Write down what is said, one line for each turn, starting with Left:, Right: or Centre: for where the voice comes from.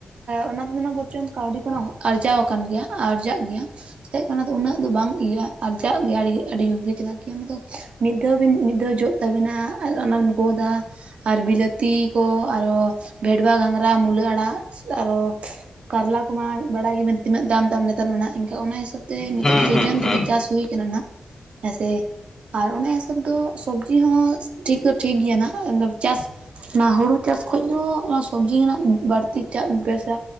Right: ᱚᱱᱟ ᱛᱮᱫᱚ ᱱᱟᱦᱚ ᱵᱚᱨᱪᱚᱢ ᱠᱟᱹᱣᱰᱤ ᱠᱚ ᱟᱨᱡᱟᱣ ᱟᱠᱟᱱ ᱜᱮᱭᱟ ᱟᱨᱡᱟᱜ ᱜᱮᱭᱟ ᱪᱮᱫ ᱟᱱᱟ ᱩᱱᱟᱹᱜ ᱫᱚ ᱵᱟᱝ ᱤᱭᱟᱹᱜᱼᱟ ᱟᱨᱡᱟᱜ ᱜᱮᱭᱟ ᱟᱹᱰᱤ ᱡᱳᱨ ᱜᱮ ᱪᱮᱫᱟᱜ ᱠᱤ ᱚᱱᱟ ᱫᱚ ᱢᱤᱫ ᱫᱷᱟᱣ ᱵᱤᱱ ᱢᱤᱫ ᱫᱷᱟᱣ ᱡᱚᱜ ᱛᱟᱹᱵᱤᱱᱟ ᱟᱨ ᱚᱱᱟᱢ ᱜᱚᱫ ᱟ ᱟᱨ ᱵᱤᱞᱟᱹᱛᱤ ᱠᱚ ᱟᱨᱚ ᱵᱷᱮᱰᱣᱟ ᱜᱷᱟᱝᱜᱽᱨᱟ ᱢᱩᱞᱟᱹ ᱟᱲᱟᱜ ᱟᱨᱚ ᱠᱟᱨᱞᱟ ᱠᱚᱢᱟ ᱵᱟᱲᱟᱭ ᱜᱮᱭᱟ ᱵᱤᱱ ᱛᱤᱱᱟᱹᱜ ᱫᱟᱢ ᱫᱟᱢ ᱱᱮᱛᱟᱨ ᱢᱟ ᱱᱟᱦᱜ ᱤᱱᱠᱟᱹ ᱚᱱᱟ ᱦᱤᱥᱟᱹᱵ ᱛᱮ ᱱᱤᱛᱚᱜ
Left: ᱦᱩᱸ
Right: ᱥᱤᱡᱤᱱ
Left: ᱦᱩᱸ ᱦᱩᱸ
Right: ᱨᱮᱜᱮ ᱪᱟᱥ ᱦᱩᱭ ᱠᱟᱱᱟ ᱱᱟᱦᱜ᱾ ᱦᱮᱸᱥᱮ ᱟᱨ ᱚᱱᱟ ᱦᱤᱥᱟᱹᱵ ᱫᱚ ᱥᱚᱵᱽᱡᱤ ᱦᱚᱸ ᱴᱷᱤᱠ ᱫᱚ ᱴᱷᱤᱠ ᱜᱮᱭᱟ ᱱᱟᱦᱜ ᱪᱟᱥ ᱚᱱᱟ ᱦᱩᱲᱩ ᱪᱟᱥ ᱠᱷᱚᱡ ᱫᱚ ᱚᱱᱟ ᱥᱚᱵᱡᱤ ᱨᱮᱱᱟᱜ ᱵᱟᱹᱲᱛᱤ ᱪᱟᱥ ᱵᱮᱥᱟ᱾